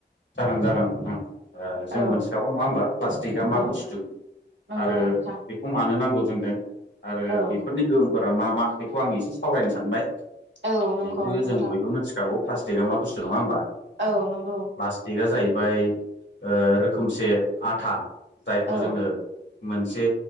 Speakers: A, on the left (about 75°); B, on the right (about 85°).
A: जागोन जागोन ओ
B: औ
A: जों मोनथिखागौ नङा होमबा प्लास्टिकआ मा
B: औ
A: बुस्थु
B: नंगौ
A: आरो
B: नोंथां
A: बेखौ मानो नांगौ आरो
B: औ
A: बेफोरनि गोहोमफोरा मा मा बेखौ आं एसे सावरायनो सानबाय
B: औ नंगौ
A: जिहेथु
B: नोंथां
A: जों बयबो मिथिखागौ प्लास्टिकआ मा बुस्थु नङा होनोमबा
B: औ नंगौ
A: प्लास्टिकआ जाहैबाय रोखोमसे आथा जायखौ
B: औ
A: जोङो मोनसे